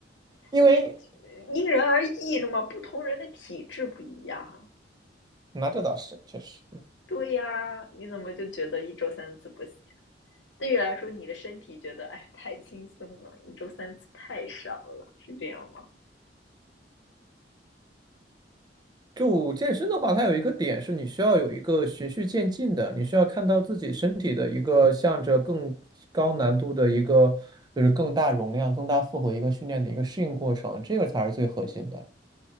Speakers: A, on the right (about 25°); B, on the left (about 80°).
A: 因为
B: 因为因人而异是吗？不同人的体质不一样。
A: 那这倒是确实。
B: 对呀，你怎么就觉得一周三次不行？对于来说，你的身体觉得哎太轻松了，一周三次太少了，是这样吗？
A: 就健身的话，它有一个点是你需要有一个循序渐进的，你需要看到自己身体的一个向着更高难度的一个，就是更大容量、更大负荷一个训练的一个适应过程，这个才是最核心的。